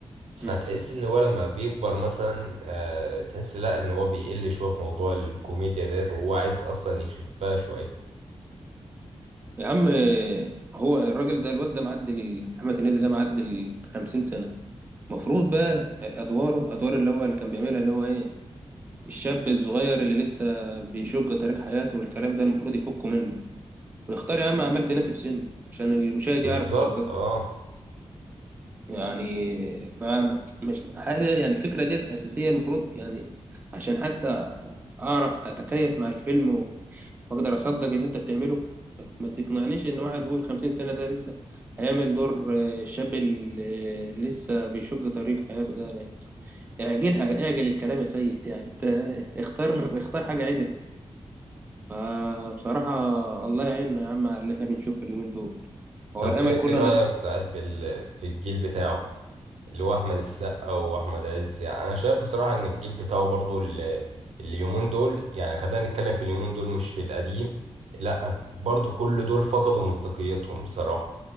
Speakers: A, on the right; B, on the right.
A: فتحس
B: مم.
A: ان هو لما بيكبر مثلا آه، تحس لا ان هو بيقل شويه في موضوع الكوميديا ديت وهو عايز اصلا يخفها شويه
B: يا عم آه، هو الراجل ده الواد ده معدي محمد هنيدي ده معدي ال 50 سنه المفروض بقى ادواره ادوار اللي هو اللي كان بيعملها اللي هو ايه الشاب الصغير اللي لسه بيشق طريق حياته والكلام ده المفروض يفكه منه ويختار يا عم أعمال تناسب سنه عشان المشاهد
A: بالظبط
B: يعرف يصدقها
A: اه
B: يعني ما مش حاجة يعني الفكرة ديت أساسية المفروض يعني عشان حتى أعرف أتكيف مع الفيلم و- وأقدر أصدق اللي أنت بتعمله ما ما تقنعنيش إن واحد فوق الخمسين سنة ده لسه هيعمل دور آه، الشاب ال- اللي لسه بيشق طريق حياته ده يعني اعجلها اعجل الكلام يا سيد يعني أنت اختار اختار حاجة عدل فبصراحة الله يعيننا يا عم على اللي احنا بنشوفه اليومين دول هو
A: طب
B: الأمل
A: ايه
B: كله
A: ايه رايك
B: أنا
A: صحيح في ال- في الجيل بتاعه اللي هو احمد السقا واحمد عز يعني انا شايف بصراحه ان الجيل بتاعه برضو ال- اليومين دول يعني خلينا نتكلم في اليومين دول مش في القديم لا برضو كل دول فقدوا مصداقيتهم بصراحه